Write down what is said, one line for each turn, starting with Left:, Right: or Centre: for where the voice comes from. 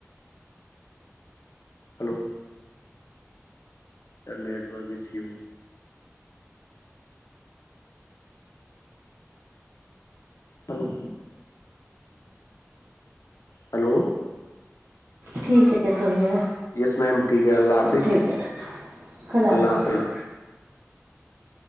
Left: ہلو ٹ network issue hello hello
Right: ٹھیک ہے تو ہے
Left: یس میم ٹھیک ہے اللہ حافظ
Right: ٹھیک خدا
Left: اللہ حافظ
Right: بھیا۔